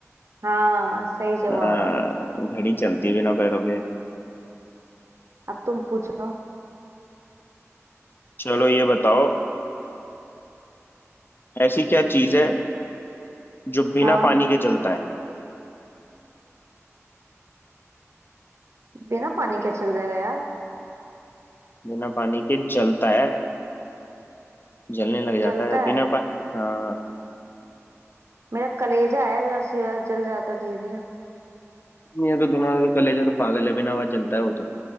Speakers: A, on the right (about 60°); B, on the left (about 45°).
A: हाँ सही जवाब
B: हाँ घड़ी चलती है बिना पैरों के
A: अब तुम पूछो
B: चलो ये बताओ ऐसी क्या चीज है जो बिना
A: हाँ
B: पानी के जलता है
A: बिना पानी के चल जाएगा यार
B: बिना पानी के जलता है जलने लग जाता
A: जलता
B: है बिना
A: है
B: पा हाँ
A: मेरा कलेजा है जो ऐसी रात जल जाता है धीरे धीरे
B: ये तो तुम्हारा तो कलेजा तो पागल है बिना बात जलता है वो तो